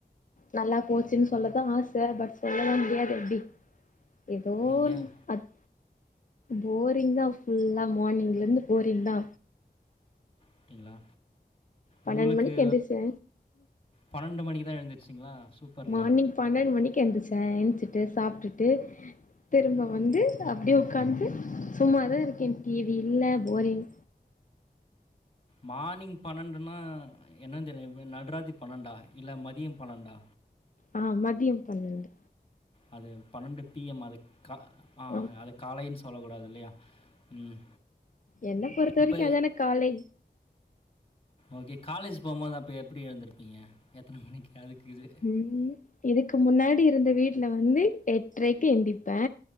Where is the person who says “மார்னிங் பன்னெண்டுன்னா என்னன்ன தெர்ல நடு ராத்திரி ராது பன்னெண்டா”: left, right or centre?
Left